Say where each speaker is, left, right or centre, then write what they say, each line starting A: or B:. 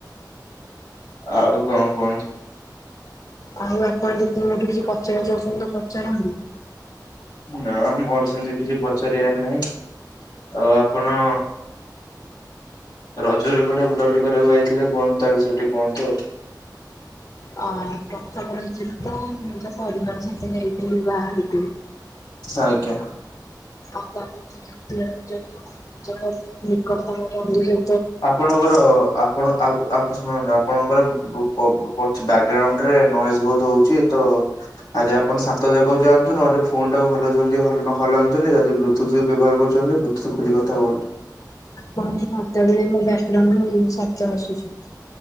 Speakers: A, on the left; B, on the left.
A: ଆଉ କଣ କୁହନ୍ତୁ?
B: ଆଉ ଆପଣ ଯଦି ମୋ ଠୁ କିଛି ପଚାରିବାକୁ ଚାହୁଁଛନ୍ତି ତ ପଚାରନ୍ତୁ।
A: ନା ମୋର ସେମିତି କିଛି ପଚାରିବାର ନାହିଁ। ଆଉ ଆପଣ। ରଜରେ କୁଆଡେ ବୁଲାବୁଲି କରିବାକୁ ଯାଇଥିଲେ କୁହନ୍ତୁ ତା ବିଷୟରେ ଟିକେ କୁହନ୍ତୁ ଆଉ?
B: ଅ ପ୍ରଥମ ରଜ ରେ ତ ମୁଁ ଯା ପରିବାର ସହିତ ଯାଇଥିଲି ବାହାରୁକୁ।
A: ଆଜ୍ଞା।
B: ଆଉ ତା ଦିନେ ଦ୍ଵିତୀୟ ରଜରେ ନିଜର ନି-ନିକଟତମ ମନ୍ଦିର।
A: ଆପଣଙ୍କର ଆପଣ ଆଉ ଆ ଶୁଣନ୍ତୁ ଆପଣଙ୍କର ବ ପ-ପଛ ଵ୍ୟାଗ୍ରାଉଣ୍ଡରେ ନଏଜ ବହୁତ ହଉଛି ତ। ଆଗେ ଆପଣ ଶାନ୍ତ ଜାଗାକୁ ଯାଆନ୍ତୁ ନହଲେ ଫୋନଟାକୁ ହଲଉଛନ୍ତି ହଲୁନ ହଲାନ୍ତୁନି ଯଦି ବ୍ଲୁଟୁଥ ବ୍ୟବହାର କରୁଛନ୍ତି ବ୍ଲୁ ଖୋଲି କଥା ହୁଅନ୍ତୁ।
B: କଣ କି ମତେ ବି ମୋ ବ୍ୟାଗ୍ରାଉଣ୍ଡ ଶବ୍ଦ ଆସୁଛି।